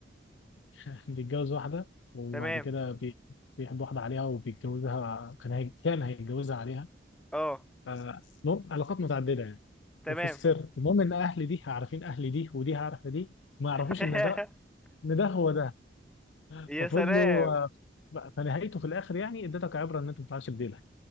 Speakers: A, on the left; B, in the centre.
A: <laughs> بيتجوز واحده وبعد
B: تمام
A: كده بي- بيحب واحده عليها وبيتجوزها كان هي... كان هيتجوزها عليها
B: اه
A: آه، المهم علاقات متعدده يعني
B: تمام
A: وفي السر المهم ان اهل دي عارفين اهل دي ودي عارفه دي ما يعرفوش
B: <laughs>
A: ان ده ان ده هو ده
B: يا
A: ففضلوا
B: سلام
A: آه، بقى- فنهايته في الاخر يعني اديتك عبره ان انت ما تطلعش بديلها